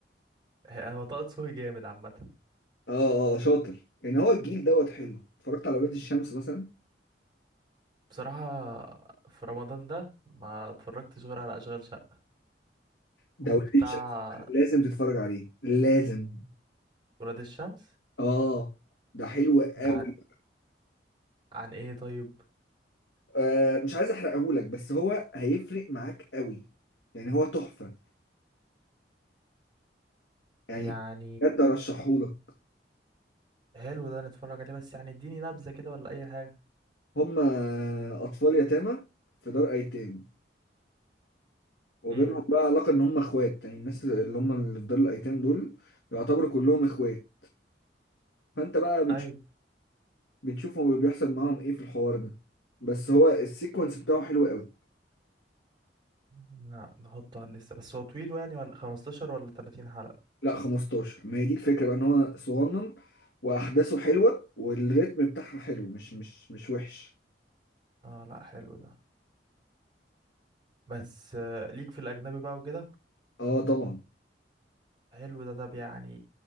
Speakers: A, on the right; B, on the left.
A: آه، هو طه دسوقي جامد عامه
B: اه اه آه، شاطر يعني هو الجيل دوت حلو اتفرجت على ولاد الشمس مثلا
A: بصراحه في رمضان ده ما اتفرجتش غير على اشغال شقه
B: ده
A: وبتاع
B: ولاد الشمس لازم تتفرج عليه لازم
A: ولاد الشمس
B: اه ده حلو قوي
A: ده عن, عن ايه طيب
B: آه مش عايز احرقهولك بس هو هيفرق معاك قوي يعني هو تحفة يعني
A: يعني
B: بجد ارشحهولك
A: حلو ده نتفرج عليه بس يعني اديني نبذة كده ولا اي حاجة
B: هم اطفال يتامى في دار ايتام وبينهم
A: امم
B: بقى علاقة ان هم اخوات يعني الناس اللي هم اللي في دار الايتام دول يعتبروا كلهم اخوات فانت بقى
A: ايوه
B: بتشوفوا بيحصل معاهم ايه في الحوار ده بس هو السيكونس بتاعه حلو قوي
A: لا نحطه على الليستة بس هو طويل يعني ولا 15 ولا 30 حلقة
B: لا 15 ما هي دي الفكرة بقى ان هو صغنن واحداثه حلوة والريتم بتاعها حلو مش مش مش وحش
A: اه لا حلو ده بس آه، ليك في الاجنبي بقى وكده
B: اه طبعا
A: حلو ده طب يعني